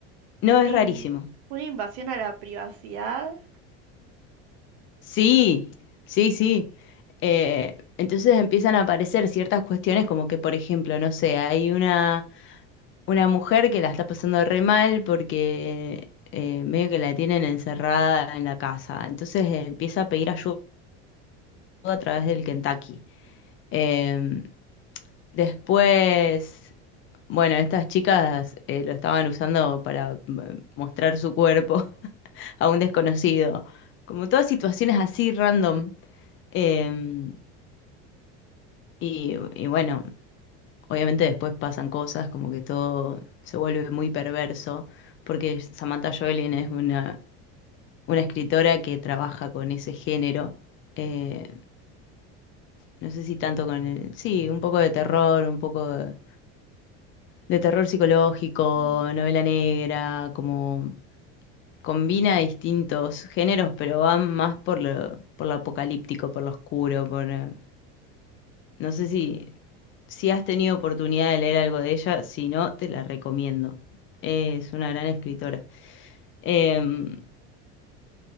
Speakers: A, on the left (about 40°); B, on the right (about 70°).
A: No,
B: una,
A: es
B: in-
A: rarísimo.
B: una invasión a la privacidad.
A: Sí, sí, sí. Eh, entonces empiezan a aparecer ciertas cuestiones como que, por ejemplo, no sé, hay una, una mujer que la está pasando re mal porque eh, medio que la tienen encerrada en la casa. Entonces eh, empieza a pedir ayuda a través del Kentucky. Em, Después, bueno, estas chicas eh, lo estaban usando para mm, mostrar su cuerpo <laughs> a un desconocido. Como todas situaciones así random. Eh, y, y bueno, obviamente después pasan cosas, como que todo se vuelve muy perverso, porque Samantha Joelin es una, una escritora que trabaja con ese género. eh, no sé si tanto con el- sí, un poco de terror, un poco de de terror psicológico,
B: Mm.
A: novela negra, como combina distintos géneros, pero va más por lo, por lo apocalíptico, por lo oscuro, por... eh, No sé si, si has tenido oportunidad de leer algo de ella, si no, te la recomiendo. Es una gran escritora. Em,